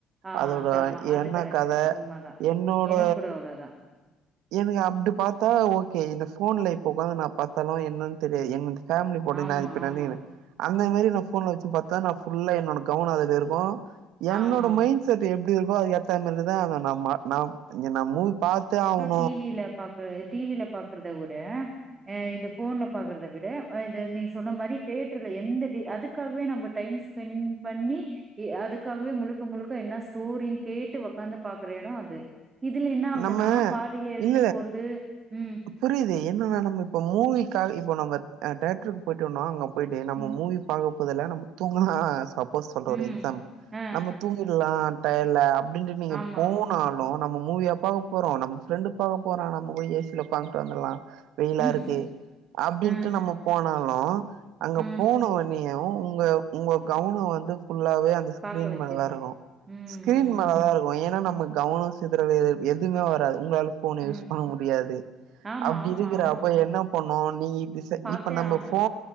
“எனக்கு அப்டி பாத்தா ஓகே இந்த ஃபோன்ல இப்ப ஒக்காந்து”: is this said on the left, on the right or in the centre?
Right